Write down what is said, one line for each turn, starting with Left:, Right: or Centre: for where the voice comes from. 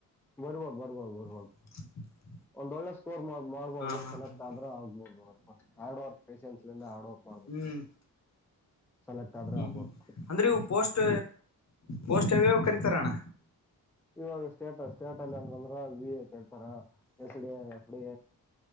Centre: ಬರುವ ಬರುವ ಬರುವ
Left: <inaudible>
Centre: ಒಂದೊಳ್ಳೆ ಸ್ಕೋರ್ ಮಾಡ್ಬೋದು
Left: ಹಾ ಹಾ
Centre: ಸೆಲೆಕ್ಟ್
Left: ಹಾ
Centre: ಆದ್ರ
Left: ಹಾ
Centre: ಆಗ್ಬೋದು ನೋಡ ಹಾರ್ಡ್ ವರ್ಕ್ ಫೇಸಸ್ ಇಂದ ಹಾರ್ಡ್ ವರ್ಕ್ ಮಾಡ್ಬೇಕು
Left: ಹ್ಮ್
Centre: ಸೆಲೆಕ್ಟ್ ಆದರೆ
Left: ಹ್ಮ್
Centre: ಆಗಬಹುದು
Left: ಹ್ಮ್ ಅಂದ್ರೆ ಇವು ಪೋಸ್ಟ್ ಪೋಸ್ಟ್ <unintelligible> ಕರಿತಾರೋಣ್ಣ
Centre: ಇವಾಗ ಸ್ಟೇಟ ಸ್ಟೇಟ್ ಅಲ್ಲಿ ಅಂತಂದ್ರ ವಿಕ್ ಕೇಳ್ತಾರ ಎಚ್ ಡಿ ಫ್ ಡಿ